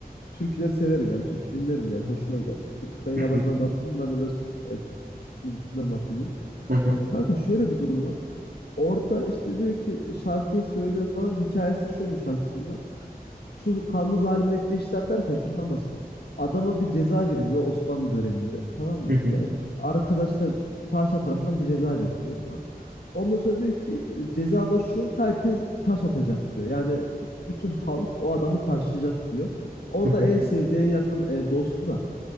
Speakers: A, on the left; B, on the right.
A: türküleri severim yani türkü dinlerim yani hoşuma gider. Türk sen yabancıdan
B: hı hı,
A: bahsettin ben de biraz Türk, e, Türk müziğinden bahsedeyim.
B: hı hı,
A: Kanka şöyle bir durum var. Orada işte diyor ki şarkıyı söylüyor falan hikayesi şuymuş aslında şu kanlı zalimin ettiği işler derken şundan bahsediyor. Adama bir ceza veriliyor Osmanlı döneminde. Tamam mı?
B: hı hı,
A: Yani arkadaşlar padişah tarafından bir ceza veriliyor. Tamam mı? Ondan sonra diyor ki ceza da şu herkes taş atacak diyor. Yani bütün halk o adamı taşlayacak diyor. Orada
B: hı hı.
A: en sevdiği en yakın e, dostu da